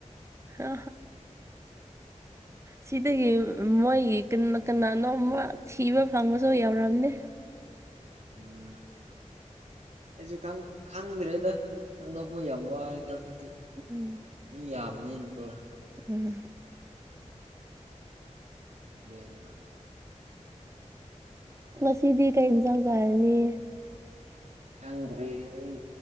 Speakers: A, on the right; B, on the right.
A: ꯑ ꯁꯤꯗꯒꯤ ꯃꯣꯏꯒꯤ ꯀꯅꯥꯅꯣ ꯊꯤꯕ ꯐꯪꯕꯁꯨ ꯌꯎꯔꯝꯅꯦ
B: ꯎꯝ ꯑꯩꯁꯨ ꯈꯪꯗ꯭ꯔꯦꯗ ꯈꯪꯗꯣꯛꯄ ꯌꯥꯝ ꯋꯥꯔꯦꯗ ꯍꯧꯖꯤꯛꯇꯤ
A: ꯎꯝ
B: ꯃꯤ ꯌꯥꯝ ꯃꯅꯤꯤꯟꯀꯣ
A: ꯎꯝ
B: ꯗꯅꯤ
A: ꯉꯗꯤ ꯀꯩ ꯌꯦꯟꯁꯥꯡ ꯆꯥꯔꯅꯤ
B: ꯈꯪꯗ꯭ꯔꯤ ꯑꯩ